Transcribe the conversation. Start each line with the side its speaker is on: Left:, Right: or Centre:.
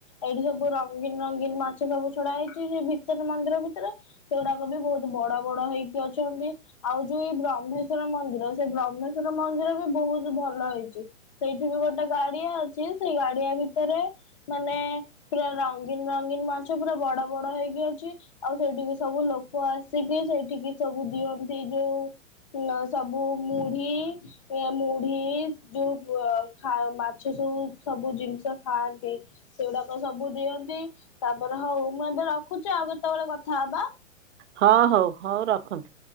Left: ଏଇଠି ସବୁ ରଙ୍ଗୀନ୍ ରଙ୍ଗୀନ୍ ମାଛ ସବୁ ଛଡା ହେଇଛି ସେ ଭିତରେ ମନ୍ଦିର ଭିତରେ। ସେଗୁଡାକ ବି ବହୁତ ବଡ ବଡ ହେଇକି ଅଛନ୍ତି। ଆଉ ଯୋଉ ଏଇ ବ୍ରହ୍ମେଶ୍ୱର ମନ୍ଦିର ସେ ବ୍ରହ୍ମେଶ୍ଵର ମନ୍ଦିର ବି ବହୁତ ଭଲ ହେଇଛି। ସେଇଠି ବି ଗୋଟେ ଗାଡିଆ ଅଛି ସେଇ ଗାଡିଆ ଭିତରେ ମାନେ ପୁରା ରଙ୍ଗୀନ୍ ରଙ୍ଗୀନ୍ ମାଛ ପୁରା ବଡ ବଡ ହେଇକି ଅଛି। ଆଉ ସେଇଠିକି ସବୁ ଲୋକ ଆସିକି ସେଇଠିକି ସବୁ ଦିଅନ୍ତି ଯୋଉ ନ ସବୁ ମୁଢି ଏ ମୁଢି ଯୋଉ ଖା ମାଛ ସବୁ ସବୁ ଜିନିଷ ଖାଆନ୍ତି। ସେଉଡାକ ସବୁ ଦିଅନ୍ତି ତାପରେ ହଉ ମୁଁ ଏବେ ରଖୁଛି ଆଉ କେତେବେଳେ କଥା ହବା।
Right: ହଁ ହଉ ହଉ ରଖନ୍ତୁ।